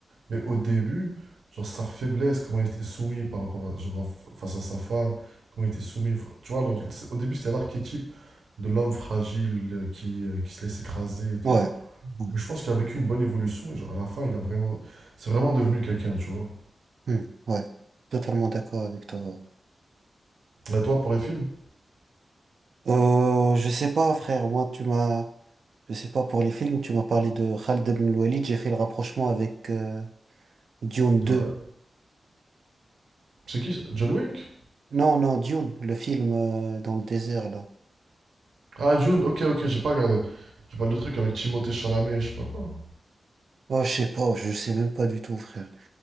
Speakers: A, on the right; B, on the right.
A: Mais au début, genre, sa faiblesse, comment il était soumis par rapport à- genre, face à sa femme, comment il était soumis. enfin, Tu vois, alors, c'est- au début, c'était l'archétype de l'homme fragile euh, qui, euh, qui se laisse écraser et tout.
B: ouais, ouais,
A: Mais je pense qu'il a vécu une bonne évolution et, genre, à la fin, il a vraiment. C'est vraiment devenu quelqu'un, tu vois.
B: Hmm, ouais. Totalement d'accord avec toi. ouais.
A: Et toi, pour les films?
B: Euh, je sais pas, frère, moi tu m'as. Je sais pas, pour les films, tu m'as parlé de Khaled Ben Walid, j'ai fait le rapprochement avec euh, Dune
A: Ouais.
B: deux
A: C'est qui? ça John Wick?
B: Non, non, Dune, le film euh, dans le désert, là.
A: Ah, Dune, ok, ok, j'ai pas regardé. J'ai pas le truc avec Timothée Chalamet, je sais pas quoi.
B: Oh, je sais pas, je sais même pas du tout, frère.